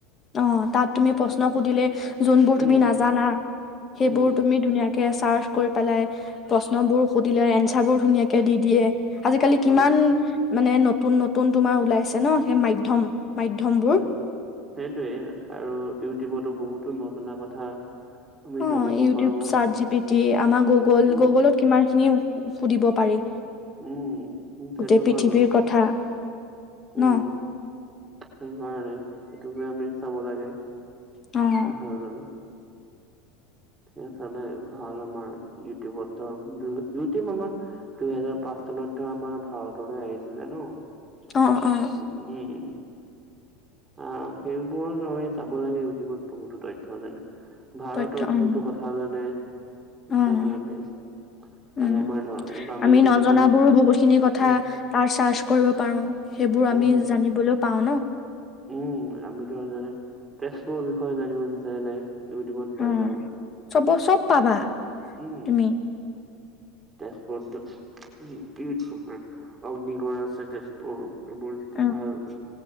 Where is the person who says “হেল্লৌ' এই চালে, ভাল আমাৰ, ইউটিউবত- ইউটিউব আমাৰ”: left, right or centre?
Right